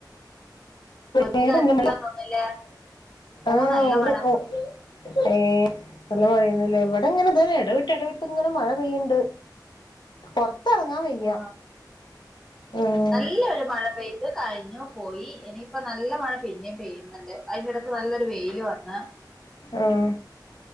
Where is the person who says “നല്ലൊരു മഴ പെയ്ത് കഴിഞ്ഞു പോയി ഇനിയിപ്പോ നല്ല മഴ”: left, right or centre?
Centre